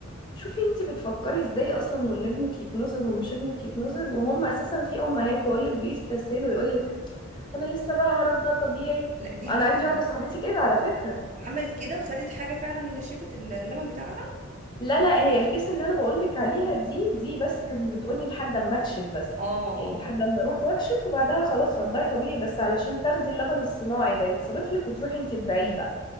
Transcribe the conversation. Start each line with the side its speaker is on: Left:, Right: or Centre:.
Left: شوفي انتي بتفكري ازاي اصلا وان ابنك يتنظر ومش ابنك يتنظر وهم اساسا في امهات بقولك بيستسهلوا يقولك وانا لسه بقى هرد ده طبيعي
Right: لا دي
Left: وانا
Right: جديده
Left: عندي
Right: دي
Left: واحده صاحبتي كده على فكره
Right: عملت كده وخدت حاجة فعلا نشفت اللبن بتاعها
Left: لا لا هي الكيس اللي انا بقولك عليها دي دي بس كانت بتقولي لحد اما اكشف بس
Right: اه
Left: يعني
Right: اه
Left: لحد اما اروح واكشف وبعدها خلاص رضعي طبيعي بس علشان تاخدي اللبن الصناعي ده يتصرف لك وتروحي انتي تبيعيه بقى